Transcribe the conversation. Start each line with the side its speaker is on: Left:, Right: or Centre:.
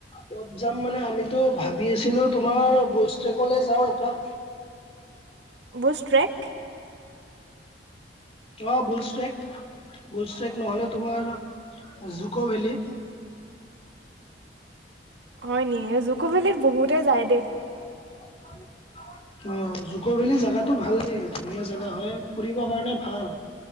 Left: ক'ত যাম মানে, আমিতো ভাবি আছিলোঁ, তোমাৰ বল ষ্টেকলে যাওঁ এপাক।
Right: বুষ্ট ট্ৰেক?
Left: অ', বুছ ট্ৰেক। বুলষ্টেক ন'হলে তোমাৰ জুকৌ ভেলি।
Right: হয় নি, জুকো ভেলিত বহুতে যায় দে।
Left: <unintelligible> অ', জুকভেলি জেগাতটো ভাল দেই, ধুনীয়া জেগা হয়, ফুৰিব কাৰণে ভাল।